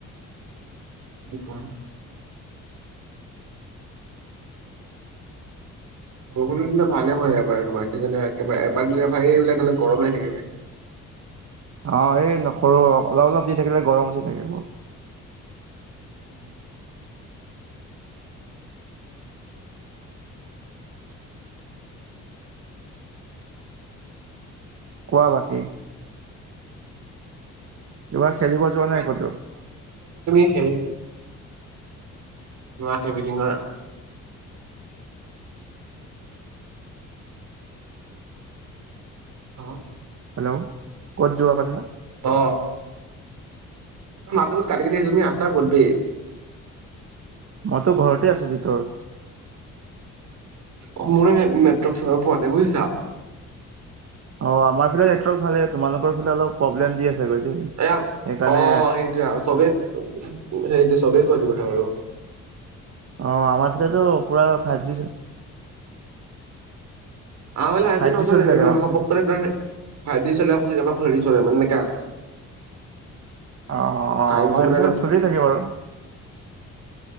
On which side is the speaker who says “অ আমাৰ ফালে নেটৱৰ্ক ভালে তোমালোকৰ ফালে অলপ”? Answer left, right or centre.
Right